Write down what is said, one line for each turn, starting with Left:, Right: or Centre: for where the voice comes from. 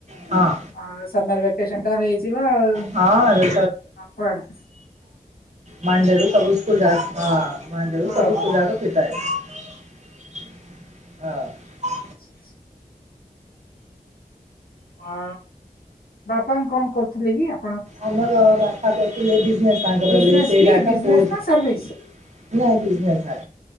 Right: ହଁ
Left: ଆଉ ସମର ଭକେସନ ତ ହେଇଯିବ ଆଉ
Right: ହଁ ଏବେ
Left: କୁଆଡେ ।
Right: ମାଣ୍ଡରୁ ସବୁ ସ୍କୁଲ ଯା ହଁ ମାଣ୍ଡରୁ
Left: ହଉ
Right: ସବୁ ସ୍କୁଲ
Left: ହଉ।
Right: ଯାକ ଫିଠା ହେଇଛି । ହଁ
Left: ସ <inaudible> ଅ ବାପା କଣ କରୁଥିଲେ କି ।
Right: ଆମର ବା । କରିଥିଲେ ବି । ତାଙ୍କର
Left: ବିଜନେସ୍
Right: ହେଲେ ସେଇଟା
Left: କି ବିଜନେସ୍
Right: ପୁଅ ନାଇ,
Left: ନା ସର୍ଭିସ?
Right: ସ